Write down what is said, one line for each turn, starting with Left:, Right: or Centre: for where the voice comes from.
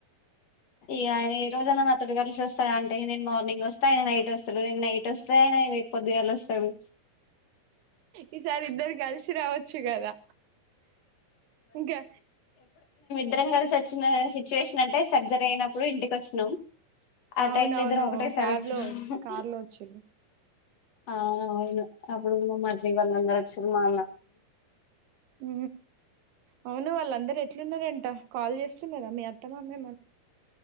Left: ఏ ఆయన ఏ రోజనా మ మొత్తడు కలిసి వస్తాడు అంటే నేను మార్నింగ్ వస్తే అయినా నైట్ వస్తాడు నేను నైట్ వస్తే అయిన రేపు పొద్దుగాలి వస్తాడు
Right: ఈ సార్ ఇద్దర గల్సి రావ వచ్చు కదా ఇంకా
Left: నిద్రం కలిసి వచ్చిన సిచ్యువేషన్ అంటే సర్జరీ అయినప్పుడు ఇంటికి వచ్చినాం ఆ
Right: అవునవును
Left: టైమ్ లో ఇద్దరం ఒకటేసారి
Right: క్యాబ్
Left: వచ్చినం
Right: లో వచ్చు కార్ లో వచ్చి
Left: ఆ అయిను అప్పుడు మట్ీ వాళ్ళందర ముసలమా
Right: ఉ అవును వాళ్ళందరుూ ఎట్లున్నారంట కాల్ చేస్తున్నారా మీ అత్తమామే